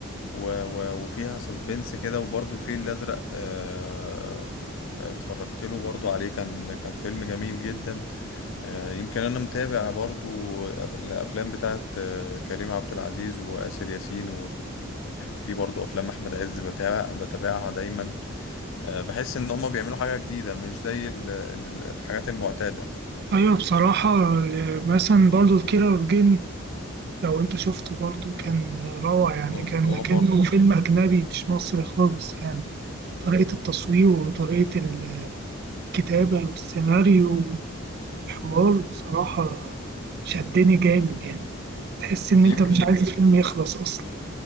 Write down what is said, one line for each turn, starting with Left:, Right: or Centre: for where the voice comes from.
Left: و و وفيها سسبنس كده وبرضو الفيل الأزرق آه آه، اتفرجت له برضو عليه كان كان فيلم جميل جدا آه، يمكن انا متابع برضو الافلام بتاعت آه، كريم عبد العزيز وآسر ياسين في برضه افلام احمد عز بتابع بتابعها دايما آه، بحس ان هما بيعملوا حاجه جديده مش زي ال- ال- الحاجات المعتاده
Right: ايوه بصراحة ال- مثلا برضو الكيرة والجن لو انت شفته برضو كان آه، روعة يعني
Left: بص-
Right: كان
Left: هو
Right: كأنه
Left: برضه
Right: فيلم اجنبي مش مصري خالص يعني طريقة التصوير وطريقة الكتابة والسيناريو الحوار بصراحة شدني جامد يعني تحس إن
Left: يمكن
Right: أنت مش عايز الفيلم يخلص أصلا